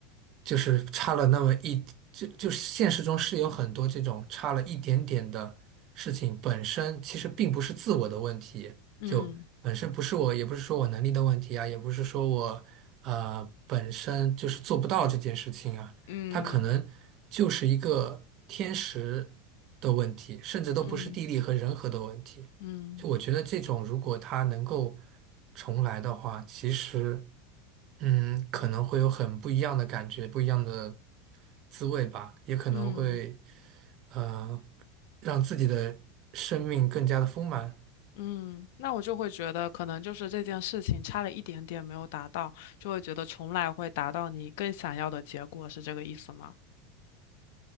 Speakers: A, on the right; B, on the left.
A: 就是差了那么一，就就是现实中是有很多这种差了一点点的事情，本身其实并不是自我的问题，
B: 嗯
A: 就本身不是我，也不是说我能力的问题啊，也不是说我呃本身就是做不到这件事情啊，
B: 嗯
A: 它可能就是一个天时的问题，甚至都不是地利和人和的问题。
B: 嗯嗯嗯嗯
A: 就我觉得这种如果它能够重来的话，其实嗯，可能会有很不一样的感觉，不一样的滋味吧，也可能会
B: 嗯
A: 呃让自己的生命更加的丰满。
B: 嗯，那我就会觉得，可能就是这件事情差了一点点没有达到，就会觉得重来会达到你更想要的结果，是这个意思吗？